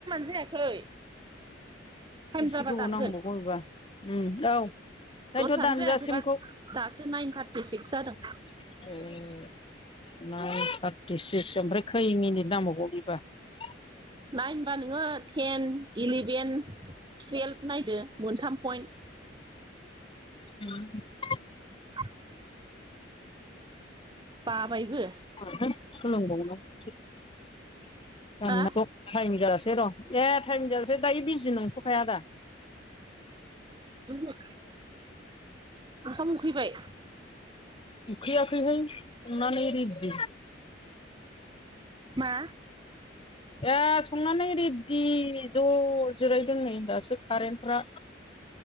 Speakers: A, on the right; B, on the left.
A: जायाखै
B: <unintelligible>
A: टाइम जाबा दानगोन दसआनो जायाखैबा
B: <unintelligible>
A: दासो नाइन थार्टि सिक्स जादों
B: <unintelligible>
A: नाइनबा नोङो टेन इलेभेन <unintelligible>
B: <inaudible>
A: <inaudible> बाबायबो
B: रोंआहाय सोलोंबावनांगौसो जागोना
A: हा
B: जा <unintelligible>
A: उमहु ओंखाम उखैबाय
B: उखैयाखै हाय संनानै रिदि
A: मा
B: ए संनानै रेदि ज' जिरायदों नै दासो कारेन्टफ्रा